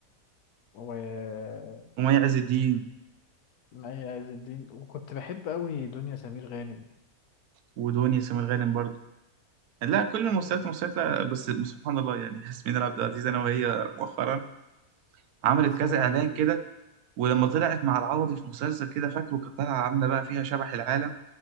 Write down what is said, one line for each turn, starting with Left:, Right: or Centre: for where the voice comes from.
Left: ومي
Right: ومي عز الدين
Left: عز الدين وكنت بحب قوي دنيا سمير غانم
Right: ودنيا سمير غانم برضو لا كل الممثلات الممثلات لا بس سبحان الله يعني <laughs> ياسمين عبد العزيز أنا وهي مؤخرا عملت
Left: ياسمين
Right: كذا
Left: عبد
Right: إعلان
Left: العزيز
Right: كده ولما طلعت مع العوضي في مسلسل كده فاكره كانت طالعه عامله بقى فيها شبح العالم